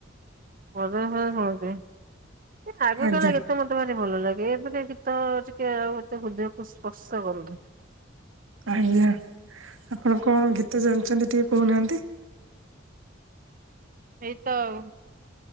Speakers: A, on the right (about 45°); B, on the right (about 80°).
A: ଭଜନ ଫଜନ ଶୁଣୁଥିବେ, ଏ ଆଗକାଳରେ
B: ଆଜ୍ଞା
A: ଗୀତ୍ ତ ମତେ ଭାରି ଭଲ ଲାଗେ, ଏବେକା ଗୀତ ଟିକେ ଆଉ ଏତେ ହୃଦୟକୁ ସ୍ପର୍ଶ କରୁନି।
B: ଆଜ୍ଞା। ଆପଣ କଣ ଗୀତ ଜାଣିଛନ୍ତି ଟିକେ କହୁନାହାଁନ୍ତି?
A: ଏଇତ ଆଉ